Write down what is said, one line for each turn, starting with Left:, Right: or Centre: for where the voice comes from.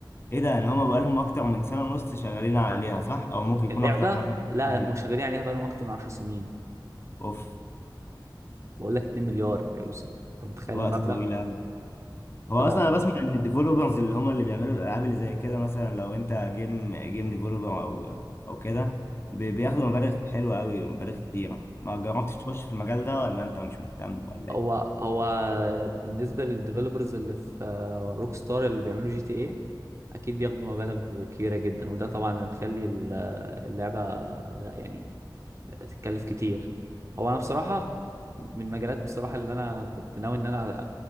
Left: ايه ده يعني هما بقالهم اكتر من سنة ونص شغالين عليها صح او ممكن يكون
Right: اللعبة
Left: اكتر كمان من خمس
Right: لا
Left: سنين
Right: هم شغالين عليها بقالهم أكتر من 10 سنين
Left: اوف
Right: بقول لك 2 مليار يا يوسف أنت متخيل
Left: وقت
Right: المبلغ
Left: طويل قوي هو
Right: طبعا
Left: اصلا انا بسمع ان الديفلوبرز اللي هما اللي بيعملوا الالعاب اللي زي كده مثلا لو انت جيم جيم ديفلوبر او او كده بي- بياخدوا مبالغ حلوة قوي مبالغ كتيرة ما جربتش تخش في المجال ده ولا انت مش مهتم ولا
Right: هو هو بالنسبة للديفلوبرز اللي في روك ستار اللي بيعملوا جي تي ايه أكيد بياخدوا مبالغ كبيرة جدا وده طبعا اللي مخلي ال- آه، اللعبة يعني تتكلف كتير هو انا بصراحه من المجالات بصراحه اللي انا كنت ناوي ان انا